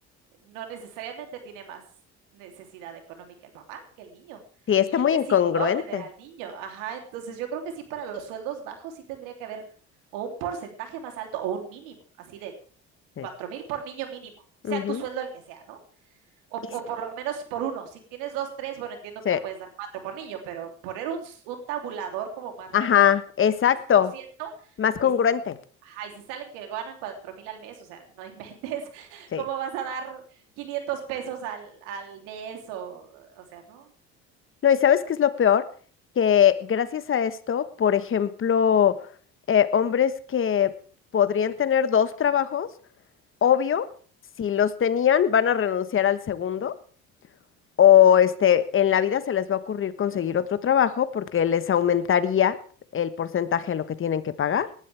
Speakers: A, on the right (about 80°); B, on the left (about 40°).
A: no necesariamente tiene más necesidad económica el papá que el niño.
B: sí, está
A: Y él
B: muy
A: decidió
B: incongruente.
A: tener al niño. Ajá, entonces yo creo que sí, para los sueldos bajos sí tendría que haber o un porcentaje más alto o un mínimo, así de
B: Sí.
A: cuatro mil por niño mínimo, sea
B: Ujú.
A: tu sueldo el que sea, ¿no? O,
B: Y
A: o
B: s-
A: por lo menos por uno. Si tienes dos, tres, bueno, entiendo que
B: sí.
A: no puedes dar cuatro por niño, pero poner un, s- un tabulador como más realista,
B: Ajá, exacto,
A: de 10%
B: más
A: y
B: congruente,
A: Ay, si salen que ganan cuatro mil al mes, o sea, no inventes <laughs>
B: sí.
A: cómo vas a dar 500 pesos al, al mes o, o sea, no,
B: No, ¿y sabes qué es lo peor? Que gracias a esto, por ejemplo, eh, hombres que podrían tener dos trabajos, obvio, si los tenían, van a renunciar al segundo, o este, en la vida se les va a ocurrir conseguir otro trabajo porque les aumentaría el porcentaje de lo que tienen que pagar.